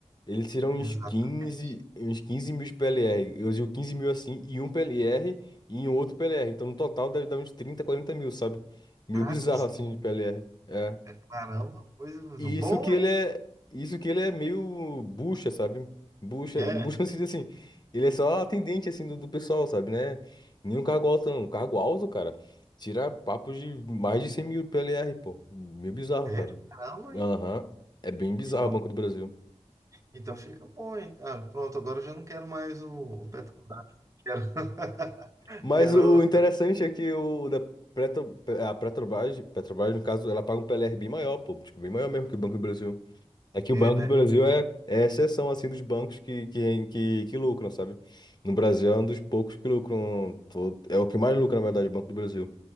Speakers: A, on the left (about 40°); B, on the right (about 30°).
A: ele tira uns
B: exatamente.
A: quinze uns quinze mil de PLR. Eu digo 15 mil, assim, e um PLR e em outro PLR. Então, no total, deve dar uns 30 40 mil, sabe? Meio
B: Caraca,
A: bizarro,
B: os-
A: assim, de PLR.
B: é, caramba, coisa
A: E
B: boa,
A: isso que ele
B: hein?
A: é, isso que ele é meio bucha, sabe? Bucha,
B: É,
A: <laughs> bucha no sentido assim, ele é só atendente assim do, do pessoal, sabe, né? Nenhum cargo alto não, Um cargo alto, cara, tira papo de mais de 100 mil PLR, pô, meio bizarro,
B: sério,
A: cara.
B: caramba,
A: Aham,
B: hein?
A: É bem bizarro
B: Então
A: o Banco do Brasil.
B: Então fica bom, hein? Ah, pronto, agora eu já não quero mais o, o Petrobras. Quero, <laughs>
A: Mas
B: quero,
A: o interessante é que o da Petro, a Petrobras, Petrobras, no caso, ela paga um PLR bem maior, pô, tipo, bem maior mesmo que o Banco do Brasil. Aqui
B: é,
A: o Banco
B: né?
A: do Brasil é, é exceção, assim, dos bancos que, que, que, que lucram, sabe? No Brasil é um dos poucos que lucram, to- é o que mais lucra, na verdade, o Banco do Brasil.